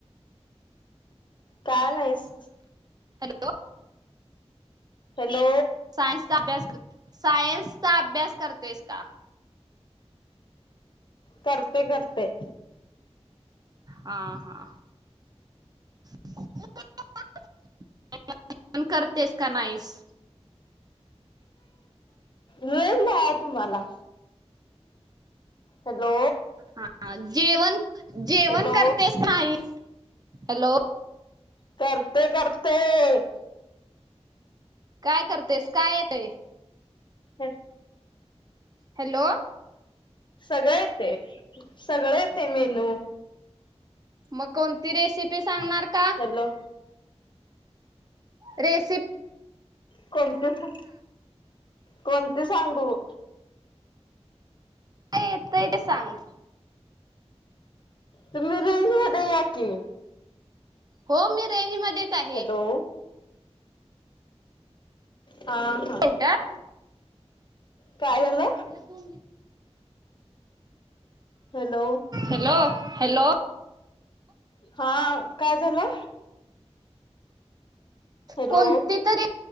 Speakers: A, on the left; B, on the right.
A: काय नाही. स
B: हॅलो.
A: हॅलो.
B: सायनस चा अभ्यास. सायन्सचा अभ्यास करतेस का?
A: करते, करते.
B: हा, हा. <unintelligible> करतेस का नाहीस?
A: वेळ <unintelligible> तुम्हाला. हॅलो
B: हा जेवण जेवण
A: हॅलो
B: करतेस का नाही हॅलो
A: करतय करतय
B: काय करतयस काय येतय
A: ह
B: हॅलो
A: सगळ येतय सगळ येतय मेनू
B: मग कोणती रेसिपी सांगणार का?
A: हॅलो
B: रेसि
A: कोणती कोणती सांगू?
B: काय येतेय ते सांग
A: तुम्ही रेज मधे या की
B: हो मी रेंज मधेच आहे.
A: हॅलो हा हा
B: मिनटं
A: काय झालं
B: त्याला दोन
A: हॅलो
B: हॅलो हॅलो
A: हा काय झालं? हॅलो
B: कोणती तरी